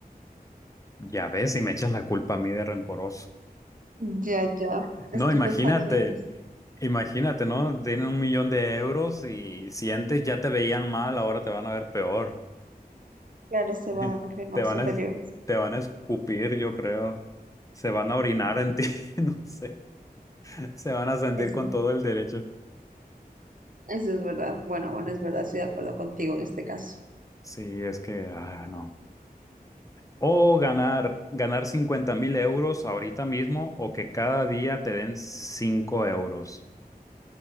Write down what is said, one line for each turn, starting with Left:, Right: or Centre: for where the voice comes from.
Left: Ya ves, y me echas la culpa a mí de rencoroso.
Right: Ya, ya, estoy
Left: No, imagínate,
Right: pensando lo mismo.
Left: imagínate, ¿no? Tienen un millón de euros y si antes ya te veían mal, ahora te van a ver peor.
Right: Claro, se
Left: <laughs>
Right: van a creer más
Left: Te van
Right: superiores.
Left: a, es- te van a escupir, yo creo. Se van a orinar en ti, <laughs> no sé. Se van a sentir
Right: Eso,
Left: con todo el derecho.
Right: eso es verdad. Bueno, bueno, es verdad, estoy de acuerdo contigo en este caso.
Left: Sí, es que, ah, no. O ganar, ganar 50 mil euros ahorita mismo o que cada día te den cinco euros.